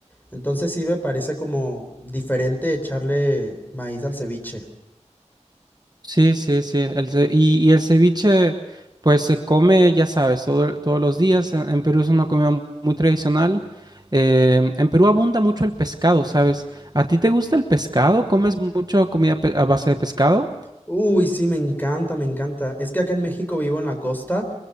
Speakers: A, on the left; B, on the right.
A: Entonces sí me parece como diferente echarle maíz al ceviche.
B: Sí, sí, sí. El ce- y, y el ceviche, pues se come, ya sabes, todo- todos los días. En, en Perú es una comida mu- muy tradicional. Eh, en Perú abunda mucho el pescado, ¿sabes? ¿A ti te gusta el pescado? ¿Comes mucho comida pe- a base de pescado?
A: Uy, sí, me encanta, me encanta. Es que acá en México vivo en la costa,